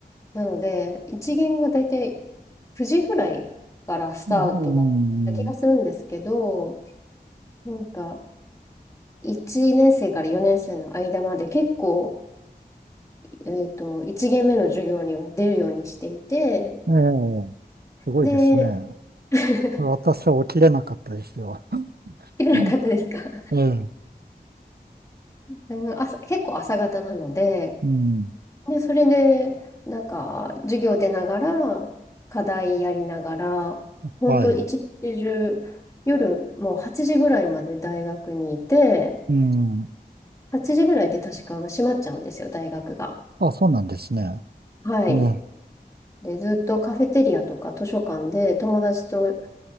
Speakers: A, on the left; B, on the right.
A: なので、一限が大体9時ぐらいからスタートだった気がするんですけど、
B: うん、
A: なんか1年生から4年生の間まで結構、えっと、1限目の授業には出るようにしていて、
B: ええ、すごいですね。
A: で、<laughs>
B: 私は起きれなかったですよ。<laughs>
A: 切れなかったですか
B: うん
A: <laughs>
B: ええ、
A: うん朝、結構朝方なので、
B: うん、
A: で、それで、なんか、授業出ながら、課題やりながら、本当一日中、
B: はい、
A: 夜もう8時ぐらいまで大学にいて、
B: うん。
A: 8時ぐらいで確か閉まっちゃうんですよ、大学が。
B: あ、そうなんですね。
A: はい。
B: ね、
A: で、ずっとカフェテリアとか図書館で友達と、